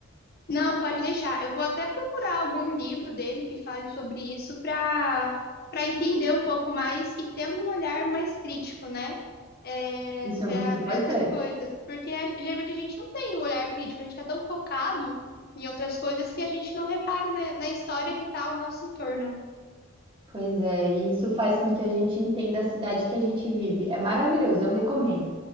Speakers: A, on the left; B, on the right.
A: Não, pode deixar. Eu vou até procurar algum livro dele que fale sobre isso para para entender um pouco mais e ter um olhar mais crítico, né? É,
B: Isso é
A: para
B: muito importante.
A: para essas coisas. Porque a- geralmente a gente não tem um olhar crítico, a gente está tão focado em outras coisas que a gente não repara na, na história que está ao nosso entorno.
B: Pois é, e isso faz com que a gente entenda a cidade que a gente vive. É maravilhoso, eu recomendo.